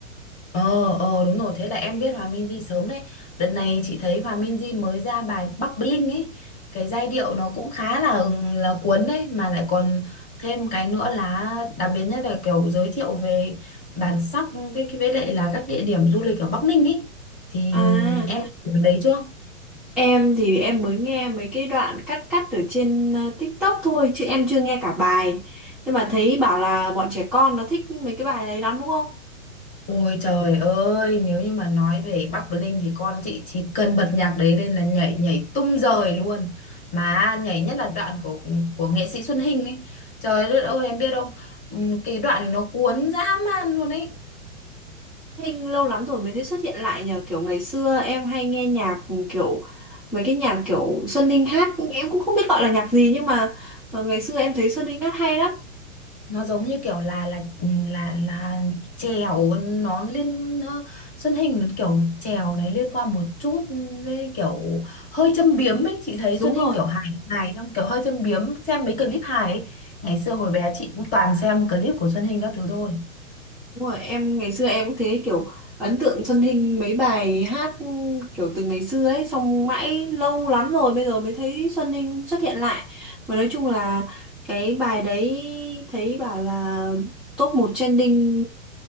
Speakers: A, on the left (about 20°); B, in the centre.
A: Ờ, ờ đúng rồi, thế là em biết Hòa Minzy sớm đấy. Đợt này chị thấy Hòa Minzy mới ra bài Bắc Bling ấy. Cái giai điệu nó cũng khá là là cuốn đấy mà lại còn thêm cái nữa là đặc biệt nhất là kiểu giới thiệu về bản sắc cái cái với lại là các địa điểm du lịch ở Bắc Ninh ấy. Thì
B: À,
A: em có biết đấy chưa?
B: em thì em mới nghe mấy cái đoạn cắt cắt ở trên ờ, TikTok thôi chứ em chưa nghe cả bài. Nhưng mà thấy bảo là bọn trẻ con nó thích mấy cái bài đấy lắm đúng không?
A: Ôi trời ơi, nếu như mà nói về Bắc Bling thì con chị chỉ cần bật nhạc đấy lên là nhảy nhảy tung rời luôn. Mà nhảy nhất là đoạn của của nghệ sĩ Xuân Hinh ấy. Trời đất ơi, em biết không? Ừm, Cái đoạn này nó cuốn dã man luôn ấy.
B: Thanh lâu lắm rồi mới thấy xuất hiện lại nhờ kiểu ngày xưa em hay nghe nhạc kiểu mấy cái nhạc kiểu Xuân linh hát em cũng không biết gọi là nhạc gì nhưng mà ờ, ngày xưa em thấy Xuân linh hát hay lắm
A: nó giống như kiểu là là là là chèo nó liên nó, Xuân Hình nó kiểu chèo này liên quan một chút với kiểu hơi châm biếm ấy chị thấy
B: đúng
A: Xuân
B: rồi
A: Hình kiểu hài hài xong kiểu hơi châm biếm xem mấy clip hài ấy. Ngày xưa hồi bé chị cũng toàn xem clip của Xuân Hình các thứ thôi
B: đúng rồi em ngày xưa em cũng thế kiểu ấn tượng Xuân Ninh mấy bài hát kiểu từ ngày xưa ấy xong mãi lâu lắm rồi bây giờ mới thấy Xuân Ninh xuất hiện lại mà nói chung là cái bài đấy thấy bảo là top một trending